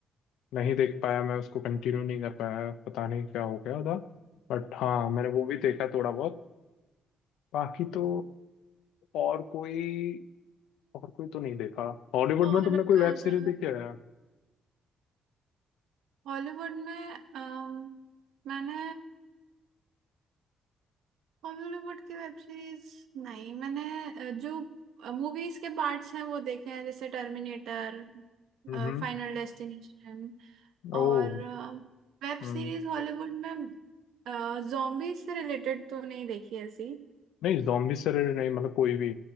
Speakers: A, on the left; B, on the right.
A: नहीं देख पाया मैं उसको कंटिन्यू नहीं कर पाया पता नहीं क्या हो गया था बट हाँ मैंने वो भी देखा थोड़ा बहुत बाकी तो और कोई और कोई तो नहीं देखा हॉलीवुड
B: और
A: में तुमने
B: अगर
A: कोई वेब सीरीज देखी है
B: हॉलीवुड में अम, मैंने हॉलीवुड की वेब सीरीज नहीं मैंने अ, जो मूवीज के पार्ट्स हैं वो देखे हैं जैसे टर्मिनेटर
A: हम्म
B: फाइनल डेस्टिनेशन
A: ओ
B: और वेब
A: हम्म
B: सीरीज हॉलीवुड में जॉम्बी से रिलेटेड तो नहीं देखी ऐसी
A: नहीं जॉम्बी से related नहीं मतलब कोई भी